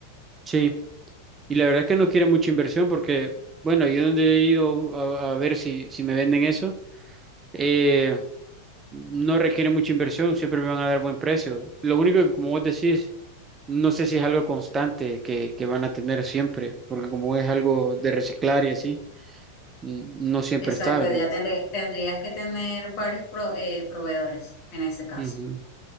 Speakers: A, on the right; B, on the left.
A: sí. Y la verdad es que no quiere mucha inversión porque, bueno, yo donde he ido a, a ver si, si me venden eso. eh, no requiere mucha inversión, siempre me van a dar buen precio. Lo único que, como vos decís, no sé si es algo constante que, que van a tener siempre, porque como es algo de reciclar y así, n- no siempre
B: Exacto,
A: está, ¿verdad?
B: ya tendré- tendrías que tener varios pro- eh, proveedores en ese caso.
A: Ujú.